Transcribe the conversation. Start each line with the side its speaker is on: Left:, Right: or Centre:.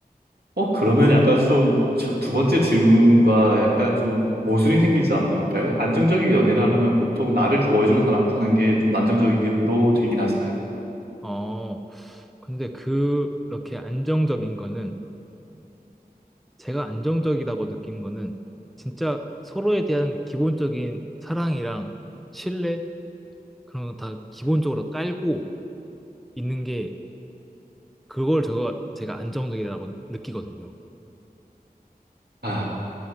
Right: 어, 그러면 약간 좀, 저, 두 번째 질문과 약간 좀 모순이 생기지 않을까요? 안정적인 연애를 하려면 보통 나를 좋아해주는 사람과 하는 게 좀 안정적으로 되긴 하잖아요.
Centre: 어 근데 그렇게 안정적인 거는 제가 안정적이라고 느낀 거는 진짜 서로에 대한 기본적인 사랑이랑 신뢰 그런 거 다 기본적으로 깔고 있는 게 그걸 제가, 제가 안정적이라고 느끼거든요.
Right: 아,